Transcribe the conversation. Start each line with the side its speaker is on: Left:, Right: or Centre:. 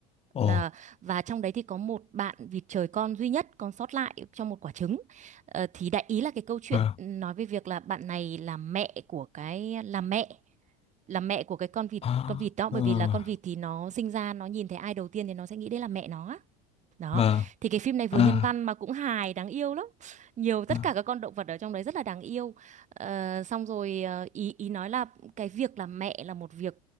Left: ồ,
Right: À, và trong đấy thì có một bạn vịt trời con duy nhất còn sót lại trong một quả trứng. Ờ, thì đại ý là cái câu chuyện
Left: và,
Right: nói về việc là bạn này là mẹ của cái là mẹ là mẹ của cái con vịt
Left: à,
Right: con vịt đó bởi
Left: à,
Right: vì là con vịt thì nó sinh ra nó nhìn thấy ai đầu tiên thì nó sẽ nghĩ đấy là mẹ nó á. Đó,
Left: và,
Right: thì cái phim này vừa
Left: à,
Right: nhân văn mà cũng hài, đáng yêu lắm. Nhiều tất
Left: và,
Right: cả các con động vật ở trong đấy rất là đáng yêu. Ờ, xong rồi ờ, ý ý nói là cái việc làm mẹ là một việc